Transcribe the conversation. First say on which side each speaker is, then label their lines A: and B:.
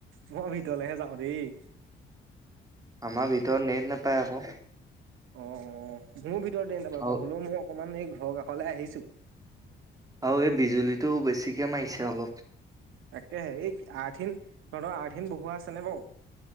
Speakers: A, on the right (about 85°); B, on the right (about 15°).
A: মই ভিতৰলেহে যাওঁ দেই।
B: আমাৰ ভিতৰত নেট নোপায় আকৌ।
A: অ', মোৰ ভিতৰতে ত
B: আৰু
A: হলেও, মই অকমান এই ঘৰ কাষলৈ আহিছো।
B: আৰু এই বিজুলীটো বেছিকে মাৰিছে অলপ।
A: তাকেহে, এই আৰঠিন, তহতৰ আৰ্ঠহিন বহুৱা আছে নে বাৰু?